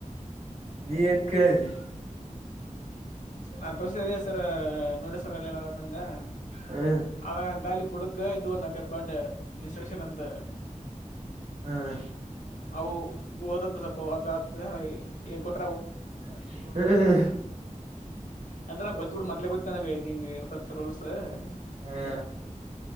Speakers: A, on the right (about 50°); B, on the left (about 70°).
A: ನೀ ಏನ್ ಕೇಳಿದಿ
B: ನಾನ್ ತೋರ್ಸೇ ಸರ್ ನೋಡ ನಾಗ
A: ಹ್ಮ್
B: ದಾಲ ಬುಡಕ್ ಇದ ಒಂದು ನಕತ್ ಪೊಂಡು <unintelligible> ಇನ್ಸ್ಟ್ರಕ್ಷನ್ ಎಂತ
A: ಹ್ಮ್ ಹ
B: ಅವು ಓದಂದ ಸಪ್ಪ ನ್ ಕೊಟ್ಟ <unintelligible>
A: ಹ್ಮ್
B: ಅಂತ ನಾಗ ಗೊತ್ತಬಿಟ್ಟ ಮೊದ್ಲೆ ಗೊತ್ತನಾಗ ಹೆಂಗ ಹಿಂಗ ಇರ್ತತ್ ರೋಲ್ಸ ಹ
A: ಹ್ಮ್